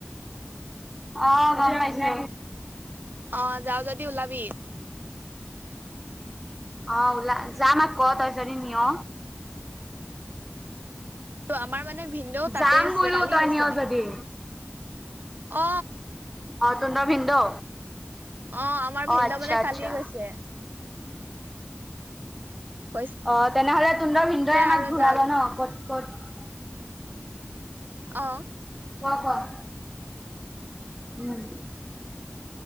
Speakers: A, in the centre; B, on the right.
A: অ গম পাইছো।
B: অ যাওঁ যদি ওলাবি।
A: অ ওলা যাম অ তই যদি নিয়।
B: আমাৰ মানে ভিনন্দেও তাতে
A: যাম
B: আছে
A: বোলো
B: কালি
A: তই
B: গৈছে
A: নিয়
B: নে।
A: যদি।
B: অ
A: অ তুন্দৰ ভিনদেউ
B: অ আমাৰ
A: অ
B: ভিনদেউ
A: আচ্ছা
B: মানে
A: আচ্ছা।
B: কালি গৈছে। কৈছে
A: অ তেনেহলে তুহঁতৰ ভিনদেউ আমাক
B: আৰু
A: ঘূৰাব
B: যাও
A: ন ক'ত ক'ত?
B: অ
A: ক হয় উম।